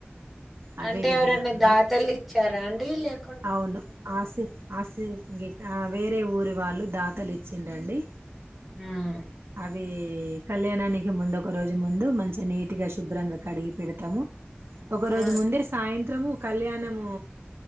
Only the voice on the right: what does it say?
అవే
విగ్రహాలు
అవును ఆసె ఆసె వేరేఊ ఊరి వాళ్ళు దాతలి ఇచ్చిండండి
అవి కళ్యాణానికి ముందు ఒక రోజు ముందు మంచి నీటు గా శుభ్రంగా కడిగి పెడతాము ఒక రోజు
ముందే సాయంత్రము కళ్యాణము